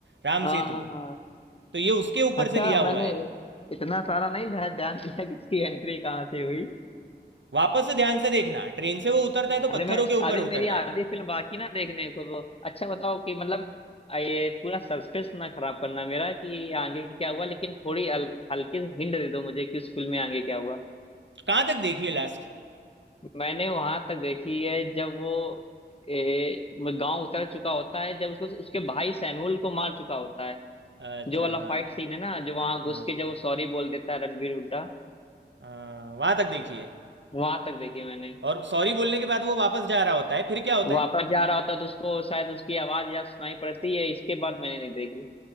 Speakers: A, on the right; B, on the left.
A: राम
B: हाँ
A: सेतु
B: हाँ हाँ।
A: तो ये उसके ऊपर
B: अच्छा
A: से लिया
B: मैंने
A: हुआ है
B: इतना सारा नहीं ध्या- ध्यान दिया कि इसकी एंट्री कहाँ से हुई
A: वापस से ध्यान से देखना ट्रेन से वो उतरता है तो
B: अरे
A: पत्थरों
B: मैं
A: के ऊपर
B: आदिल
A: उतरता
B: मेरी
A: है
B: आधी फिल्म बाकी ना देखने को तो अच्छा बताओ कि मतलब आ, ये पूरा सस्पेंस ना खराब करना मेरा कि आगे क्या हुआ लेकिन थोड़ी अल, हल्की सी हिंट दे दो मुझे कि उस फिल्म में आगे क्या हुआ
A: कहाँ तक देखिए लास्ट
B: मैंने वहां तक देखी है जब वो ए, गांव उतर चुका होता है जब उसको उसके भाई सैमुअल को मार चुका होता है
A: अच्छा
B: जो वाला
A: हाँ
B: फाइट सीन है ना जो वहां घुस
A: हाँ
B: के जब वो सॉरी बोल देता है रणवीर हुड्डा
A: हाँ वहाँ तक देखिए
B: वहां तक देखी मैंने
A: और सॉरी बोलने के बाद वो वापस जा रहा होता है फिर क्या होता
B: वापस
A: है
B: जा रहा होता तो उसको शायद उसकी आवाज या सुनाई पड़ती है इसके बाद मैंने नहीं देखी